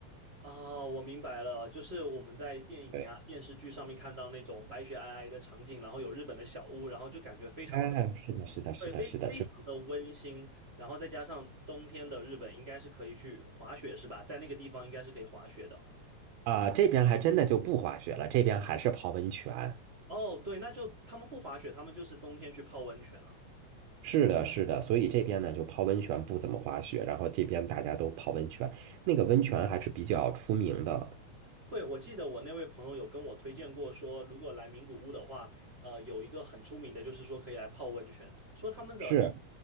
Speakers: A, on the right; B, on the right.
A: 啊、我明白了，就是我们在电影呀、
B: 对，
A: 电视剧上面看到那种白雪皑皑的场景，然后有日本的小屋，然后就感觉非常的
B: 哎，是的，是的，是的，
A: 对，非非常的温馨，
B: 是的，就
A: 然后再加上冬天的日本应该是可以去滑雪，是吧？在那个地方应该是可以滑雪的。
B: 啊，这边还真的就不滑雪了，这边还是泡温泉。
A: 哦，对，那就他们不滑雪，他们就是冬天去泡温泉了。
B: 是的，是的，所以这边呢就泡温泉不怎么滑雪，然后这边大家都泡温泉，那个温泉还是比较出名的，
A: 对，我记得我那位朋友有跟我推荐过说，如果来名古屋的话，呃，有一个很出名的，就是说可以来泡温泉，说他们的那
B: 是，